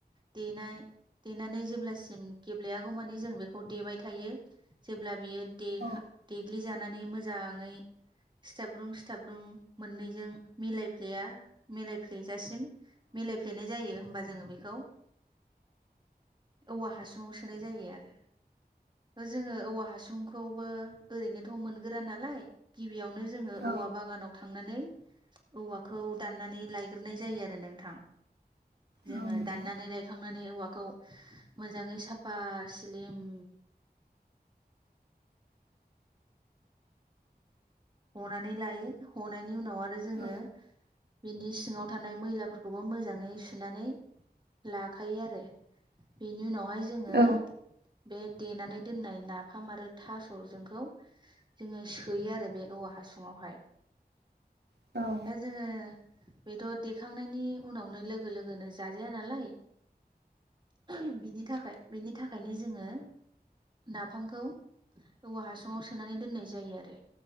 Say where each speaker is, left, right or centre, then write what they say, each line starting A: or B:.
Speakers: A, on the right; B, on the right.
A: देनाय देनानै जेब्लासिम गेब्लेयागौ मानि जों बेखौ देबाय थायो जेब्ला बियो। देखा
B: औ
A: देग्लिजानानै मोज जाङै सिथाब्रुं सिथाब्रुं मोननैजों मिलायफ्लेया मिलायफ्लेजासिम। मिलायफ्लेनाय जायो होम्बा <unintelligible> जोङो बेखो औवा हासु <unintelligible> सोनाय जायो आरो ओ जोङो औवा हासुंखौबो। ओरैनोथ' मोनगोरा नालाय गि बेयावनो जोङो
B: औ
A: औवा बागानाव थांनानै औवाखौ दाननानै लायग्रोनाय जायो आरो नोंथां। जोङो
B: नोंथां
A: दाननानै लायखांनानै औवाखौ। <unintelligible> मोजाङै साफा स्लिम हनानै लायो हनायनि उनाव आ रो जोङो
B: औ
A: बिनिस सिङाव थानाय मैलाफोरखौबो मोजाङै सुनानै लाखायो आरो बेनि उनाव। <unintelligible> जोङो
B: औ
A: बे। देनानै दोननाय नाफाम आरो थास'जोंखौ जोङो सोयो आरो बे। औवा हासुङावहाय।
B: औ औ
A: दा जोङो। बेथ' देखांनायनि उनावनो लोगो लोगोनो जाजाया नालाय। <unintelligible> बिनि थाखाय बिनि थाखायनो। जोङो नाफामखौ औवा हासुुङाव सोनानै दोननाय जायो आरो।